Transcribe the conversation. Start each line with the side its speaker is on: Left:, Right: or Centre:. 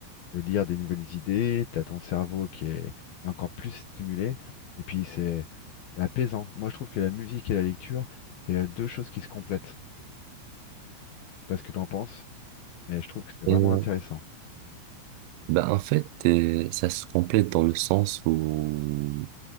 Left: de lire des nouvelles idées, t'as ton cerveau qui est, qui est encore plus stimulé, et puis c'est c'est apaisant. Moi, je trouve que la musique et la lecture, c'est euh, deux choses qui se complètent. Je sais pas ce que t'en penses, mais je trouve que c'est vraiment
Right: Et euh,
Left: intéressant.
Right: ben en fait, euh, ça se complète dans le sens où